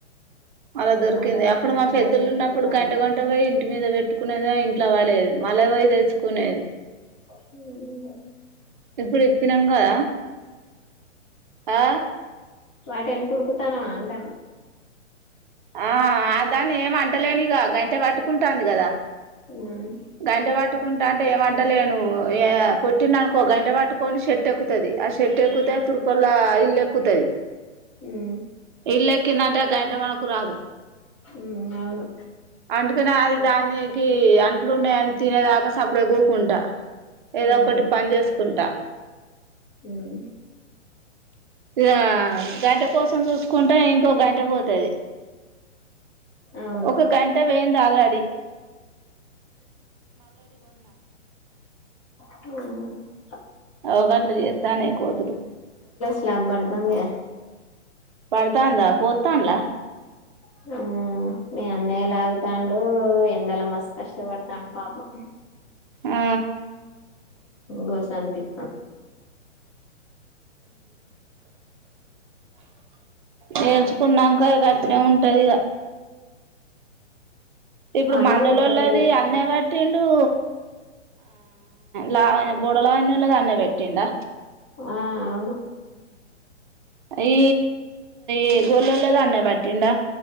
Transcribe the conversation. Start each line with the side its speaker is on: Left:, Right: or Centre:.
Right: అలా దొరికింది
Left: వాటేనక
Right: అప్పుడు మా
Left: వాటేనక
Right: పెద్దలు ఉన్నప్పుడు
Left: తిరుగుతానవా
Right: గంట గంట పోయి మీద పెట్టుకునేదా ఇంటి ఇట్లా వాడలేది మళ్ పోయి తె కొనేది
Left: ఈ
Right: ఇప్పుడు ఇప్పినాం కదా ఆ
Left: వాటిని కూరుకుతాను అంటాను
Right: ఆ అ దాన్ని ఏం అంటలేని ఇక గంటే పట్టుకుంటాంది కదా
Left: ఉమ్
Right: గంట వాటుకుంట అంట అంటే ఏమంటలేను ఏ కొట్టిన అనుకో గంట పట్టుకొని షట్ ఎక్కుతుది ఆ షర్ట్టు ఎక్కుతే తురుకలా ఇల్లు ఎక్కుతుది
Left: ఉమ్
Right: ఇల్కి నాంట కంట మన కురాదు
Left: ఉమ్ అవును
Right: అందుకనే అది దాన్ని అంట ఇట్లు ఉన్నాయని తినేదాకా సప్పుడే కూకుంటా ఏదో
Left: ఉమ్
Right: ఒకటి పని చేసుకుంటా
Left: ఉమ్
Right: ఇలా గంట కోసం చూసుకుంటే ఇంకోక గంట పోతు
Left: అవును
Right: ఒక గంట వే రడి
Left: ఓ
Right: అవగట్లు చేస్తానే కోదులు
Left: క్లబ్ బడదంది
Right: పడతాందా పోతాంలా
Left: హ్మ్ మీ అన్నయ్యలాగుతాండు ఎండల మస్తు కష్టపడతాండు పాపం
Right: ఆ
Left: గోసాన్పిఠ
Right: నేర్చుకున్నాక గట్నే ఉంటది ఇక ఇప్పుడు
Left: పనోళ్ళు
Right: మండలళది
Left: లేరు
Right: అన్న వాట్టి ను లావా బోడగాల్లోల్లు ఆన్నే పెట్టిండా
Left: ఆ అవును
Right: ఈ ఈ గోళల్లోలది అన్న పట్టిండా